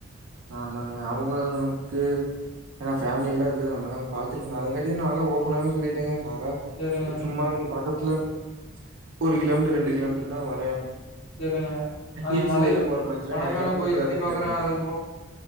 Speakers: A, on the right; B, on the left.
A: ஆமாங்க அவுங்கவுங்களுக்கு ஏனா ஃபேமிலிலா இருக்குது நம்மதா பாத்திருக்கங்க அதுங்காட்டியும் நால ஓபனாவே சொல்லிட்டேங்க நால
B: சரிங்க,
A: சும்மா இங்க பாக்க கிளப் ஒரு கிலோமீட்டர் ரண்டு கிலோமீட்டர்னா வரேன்
B: செரிங்க அது
A: ஹில்ஸ்லலாம்
B: மலை
A: போற மாரிச்சுன்னா
B: மலை
A: என்னையெல்லாம்
B: மேல
A: கூப்பிட்டுறாதேன்ட்டேங்க.
B: போயி சுத்தி பாக்குறேன் அதுக்